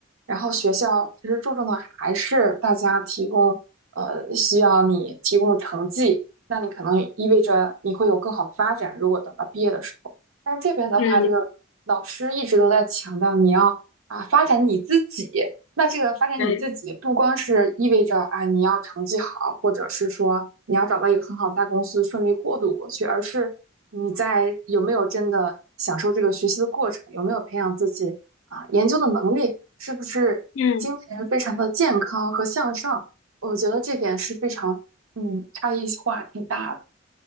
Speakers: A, on the right; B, on the left.
A: 然后学校其实注重的还是大家提供，呃，需要你提供的成绩，那你可能意味着你会有更好的发展。如果等到毕业的时候，但是这边的话，
B: 嗯，
A: 这个老师一直都在强调你要啊发展你自己。那这个发展你自己，
B: 对，
A: 不光是意味着啊你要成绩好，或者是说你要找到一个很好的大公司顺利过渡过去，而是你在有没有真的享受这个学习的过程，有没有培养自己啊，研究的能力是不是精神非常的健康和向上？
B: 嗯。
A: 我觉得这点是非常，嗯，差异化挺大的。